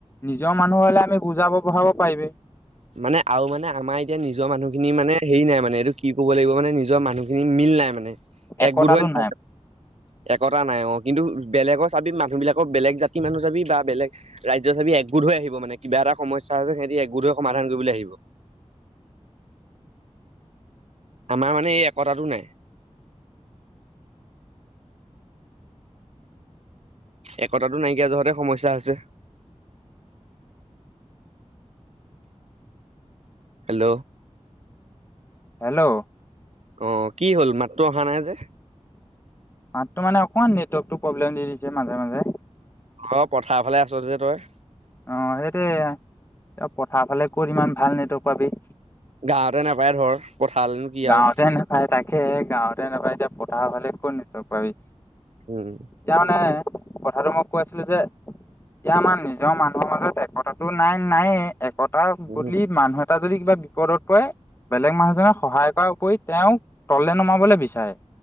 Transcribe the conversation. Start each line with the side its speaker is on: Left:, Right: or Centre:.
Left: নিজৰ মানুহ হ'লে আমি বুজাব বঢ়াব পাৰিবি
Right: মানে আৰু মানে আমাৰ এতিয়া নি নিজৰ মানুহখিনি মানে হেৰি নাই মানে এইটো ক'ব লাগিব মানে নিজৰ মানুহখিনি মিল নাই মানে
Left: একতাটো
Right: একগোট হৈ নাথাকে
Left: নাই
Right: একতা নাই অ', কিন্তু বেলেগৰ চাবি মানুহ বিলাকৰ বেলেগ জাতি মানুহ চাবি বা বেলেগ ৰাজ্য‌ চাবি একগোট হৈ আহিব মানে কিবা এটা সমস্যা হৈছে সিহঁতি একগোট গোট হৈ সমাধান কৰিবলৈ আহিব। আমাৰ মানে এই একতাটো নাই। একতাটো নাইকিয়া জহতে সমস্যা হৈছে হেল্ল',
Left: হেল্ল',
Right: অ', কি হ'ল মাতটো অহা নাই যে?
Left: মাততো মানে অকণমান নেটৱৰ্কটো প্ৰব্লেম দি দিছে মাজে মাজে
Right: অ', পথাৰ ফালে আছ যে তই
Left: অ', সেইটোৱে পথাৰ ফালে ক'ত ইমান ভাল নেটৱৰ্ক পাবি।
Right: গাঁওতে নাপায় ধৰ পথাৰলেনো কি
Left: গাঁৱতে
Right: আৰু
Left: নাপায় তাকে সেয়েহে গাঁৱতে নাপায় এতিয়া পথাৰৰ ফালে ক'ত নেটৱৰ্ক পাবি।
Right: উম
Left: এতিয়া মানে কথাটো মই কৈ আছিলো যে এতিয়া আমাৰ নিজৰ মানুহৰ মাজত একতাতো নাই নায়ে কটা
Right: উম
Left: বুলি মানুহ এটা যদি কিবা বিপদত পৰে বেলেগ মানুহজনে সহায় থকা উপৰি তেওঁক তললে নমাবলৈ বিচাৰে